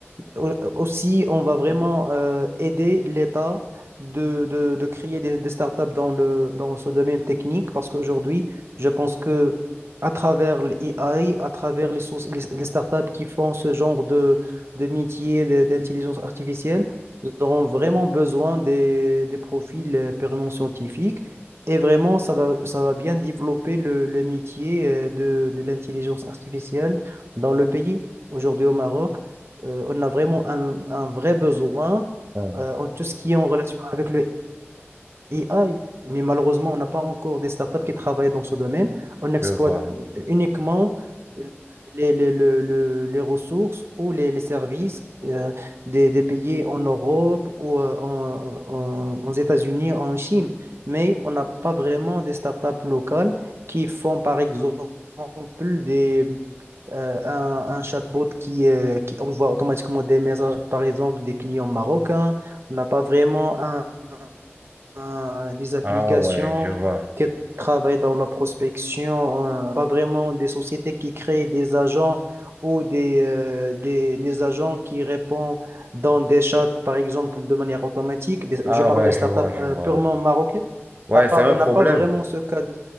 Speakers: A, on the right; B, on the right.
A: Au- Aussi, on va vraiment euh, aider l'État de, de, de créer des, des startups dans le, dans ce domaine technique parce qu'aujourd'hui, je pense que à travers l'AI, à travers les, sources- les, les startups qui font ce genre de, de métier de- d'intelligence artificielle, ils auront vraiment besoin des, des profils euh, purement scientifiques et vraiment, ça va, ça va bien développer le, le métier euh, de, de l'intelligence artificielle dans le pays. Aujourd'hui au Maroc, euh, on a vraiment un, un vrai besoin
B: Hum,
A: euh, en tout ce qui est en relation avec le AI. Mais malheureusement, on n'a pas encore des startups qui travaillent dans ce domaine. On exploite
B: Je vois.
A: uniquement euh, les, les, le- le- les ressources ou les, les services euh, des, des pays en Europe ou euh, en, en- aux États-Unis, en Chine. Mais on n'a pas vraiment des startups locales qui font, par exemple, des, euh, un, un chatbot qui, euh, qui envoie automatiquement des messages, par exemple, des clients marocains. On n'a pas vraiment un- un- des applications
B: Ah ouais, je vois.
A: qui travaillent dans la prospection, euh, pas vraiment des sociétés qui créent des agents ou des, euh, des, des agents qui répondent dans des chats, par exemple, de manière automatique. Des-
B: Ah
A: je parle
B: ouais,
A: de startups
B: je vois, je
A: euh,
B: vois.
A: purement marocaines.
B: Ouais,
A: On n'a pas,
B: c'est un
A: on
B: problème.
A: n'a pas vraiment ce cas de...